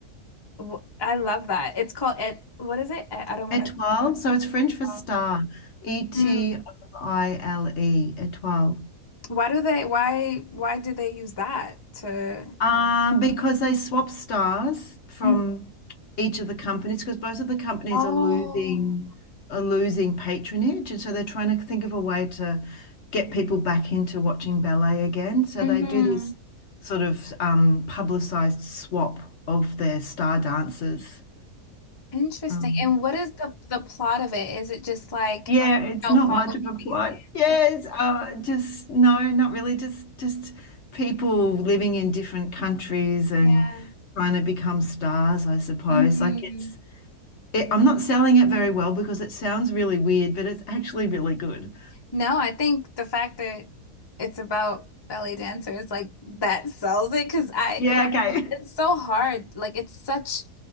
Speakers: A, on the left (about 35°); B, on the left (about 60°).
A: W- I love that. It's called it. What is it? I I don't want
B: Étoile,
A: to
B: so it's French for
A: call.
B: star, E T
A: Mm.
B: O I L E, étoile.
A: Why do they? Why? Why do they use that to?
B: Um, because they swap stars from
A: Mm.
B: each of the companies, because both of the companies
A: Oh.
B: are losing are losing patronage, and so they're trying to think of a way to get people back into watching ballet again. So
A: hmm
B: they do this sort of um, publicized swap of their star dancers.
A: Interesting.
B: Um,
A: And what is the the plot of it? Is it just like,
B: Yeah, it's
A: oh,
B: not
A: follow
B: much of
A: me
B: a plot.
A: these
B: Yes,
A: dancers?
B: uh, just no, not really. Just just people living in different countries and
A: Yeah.
B: trying to become stars, I suppose.
A: hmm
B: Like it's, it, I'm not selling it very well because it sounds really weird, but it's actually really good.
A: No, I think the fact that it's about belly dancers, like that sells it because I
B: Yeah,
A: like
B: okay.
A: it's
B: <laughs>
A: so hard. Like it's such